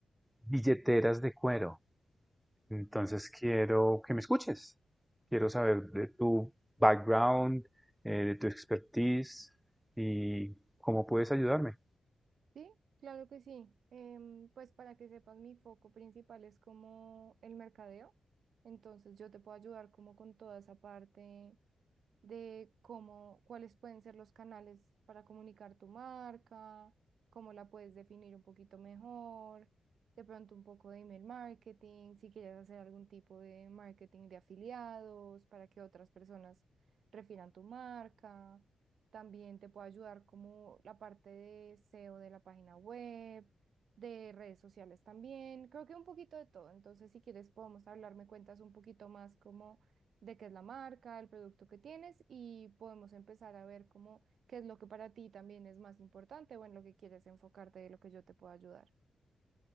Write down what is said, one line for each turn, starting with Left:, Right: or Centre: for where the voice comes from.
Centre: billeteras de cuero. Entonces quiero que me escuches. Quiero saber de tu background, eh, de tu expertise y cómo puedes ayudarme.
Right: Sí, claro que sí. Em, pues para que sepas, mi foco principal es como el mercadeo. Entonces yo te puedo ayudar como con toda esa parte de cómo, cuáles pueden ser los canales para comunicar tu marca, cómo la puedes definir un poquito mejor, de pronto un poco de email marketing, si quieres hacer algún tipo de marketing de afiliados para que otras personas refieran tu marca. También te puede ayudar como la parte de SEO de la página web, de redes sociales también, creo que un poquito de todo. Entonces, si quieres, podemos hablar, me cuentas un poquito más como de qué es la marca, el producto que tienes y podemos empezar a ver cómo qué es lo que para ti también es más importante o en lo que quieres enfocarte de lo que yo te pueda ayudar.